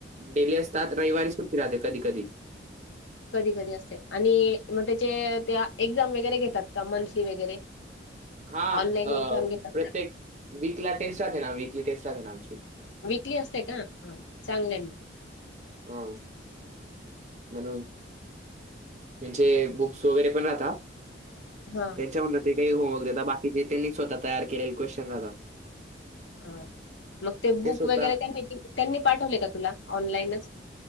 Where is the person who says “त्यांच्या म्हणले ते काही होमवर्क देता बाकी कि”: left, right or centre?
Right